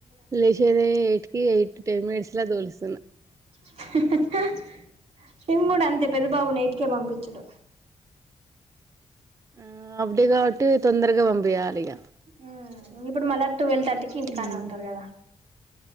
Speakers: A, on the right; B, on the right.
A: లేచేదే ఎయిట్ కి ఎయిట్ టెన్ మినిట్స్ ల తోలిస్తున్న.
B: అహ్ హ హ మేం కూడ అంతే పెద్ద బాబుని ఎయిట్ కే పంపిచ్చుడు.
A: ఆ హాఫ్ డే కావట్టి తొందరగా పంపియాలి ఇగ.
B: ఉమ్ ఇంగా ఇప్పుడు మళ్ళా టువెల్ థర్టీకి ఇంటికాన్నె
A: మ్మ్
B: ఉంటరు కదా.